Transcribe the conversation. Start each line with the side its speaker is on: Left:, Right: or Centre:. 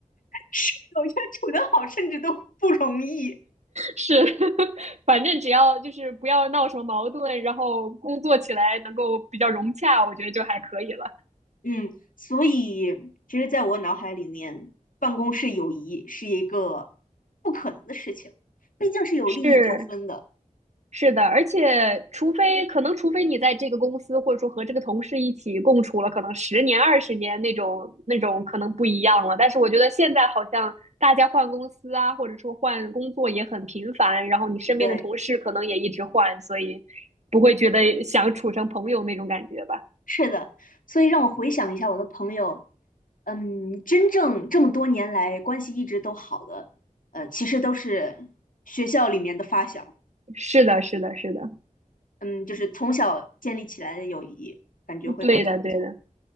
Left: 是有些处得好甚至都不容易。
Right: 是，<laughs> 反正只要就是不要闹什么矛盾，然后工作起来能够比较融洽，我觉得就还可以了。
Left: 嗯，所以其实在我脑海里面，办公室友谊是一个不可能的事情，毕竟是有利益纠纷的。
Right: 是，是的，而且除非可能，除非你在这个公司或者说和这个同事一起共处了，可能十年、二十年那种那种可能不一样了。但是我觉得现在好像大家换公司啊，或者说换工作也很频繁，然后你身边的同事可能也一直换，
Left: 对，
Right: 所以不会觉得想处成朋友那种感觉吧？
Left: 是的，所以让我回想一下我的朋友，嗯，真正这么多年来关系一直都好的，呃，其实都是学校里面的发小，
Right: 是的，是的，是的，
Left: 嗯，就是从小建立起来的友谊，感觉会更长久。
Right: 对的，对的。